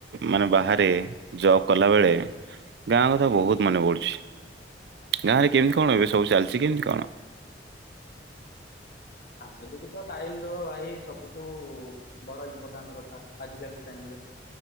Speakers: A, on the right; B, on the left.
A: ମାନେ ବାହାରେ ଜବ କଲା ବେଳେ ଗାଁ କଥା ବୋହୁତ ମନେ ପଡ଼ୁଚି। ଗାଁରେ କେମିତି କଣ ଏବେ ସବୁ ଚାଲିଚି କେମିତି କଣ?
B: ଫାମିଲିକି ତ ଟାଇମ ଦବା ଭାଇ ସବୁଠୁ ବଡ଼ ଇମ୍ପୋଟାଣ୍ଟ କଥା ଆଜିିକାଲି ଟାଇମରେ।